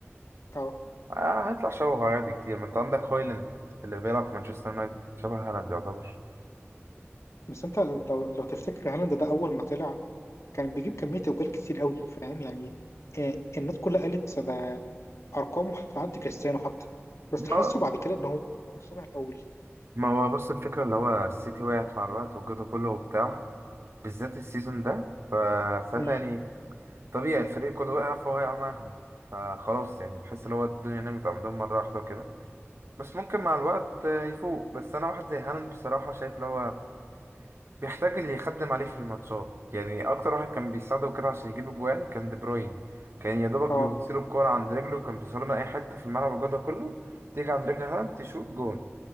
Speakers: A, on the left (about 80°); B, on the right (about 60°).
A: اه
B: آه هيطلع شبهه عادي كتير ما انت عندك هويلاند اللي بيلعب في مانشستر يونايتد شبه هالاند يعتبر
A: بس انت لو لو تفتكر هالاند ده اول ما طلع كان بيجيب كميه اجوال كتير قوي فاهم يعني آه، الناس كلها قالت ده ارقامه هتعدي كريستيانو حتى بس
B: ما
A: تحسه بعد كده ان هو مبقاش شبه الاول
B: ما هو بص الفكرة اللي هو السيتي وقعت مع الوقت وجوده كله وبتاع بالذات السيزون ده فساعتها
A: مم.
B: يعني طبيعي الفريق كله وقع فهو وقع معاهم خلاص يعني تحس اللي هو الدنيا نامت عندهم مرة واحدة وكده بس ممكن مع الوقت آه، يفوق بس أنا واحد زي هالاند بصراحة شايف اللي هو بيحتاج اللي يخدم عليه في الماتشات يعني اكتر واحد كان بيساعده كده عشان يجيب اجوان كان دي بروين كان يا دوبك
A: اه
B: بيوصله الكوره عند رجله وكان بيوصله من اي حته في الملعب والجو ده كله تيجي عند رجل هالاند تشوط جون